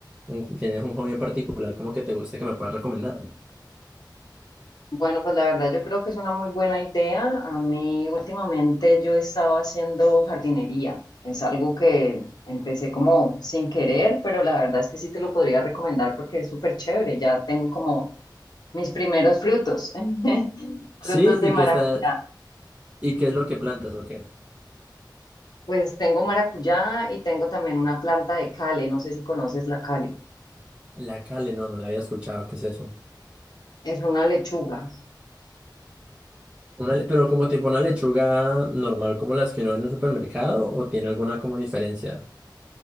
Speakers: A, on the right; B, on the left.
A: un- tienes un hobby en particular como que te guste que me puedas recomendar.
B: Bueno, pues la verdad yo creo que es una muy buena idea. A mí últimamente yo he estado haciendo jardinería. Es algo que empecé como sin querer, pero la verdad es que sí te lo podría recomendar porque es súper chévere. Ya tengo como mis primeros frutos, <laughs> frutos
A: Sí,
B: de
A: y
B: maracuyá.
A: qué está, y qué es lo que plantas o qué.
B: Pues tengo maracuyá y tengo también una planta de cale. No sé si conoces la cale.
A: La cale, no, no la había escuchado, ¿qué es eso?
B: Es una lechuga.
A: Una le- pero como tipo una lechuga normal, como las que uno ve en el supermercado, o tiene alguna como diferencia.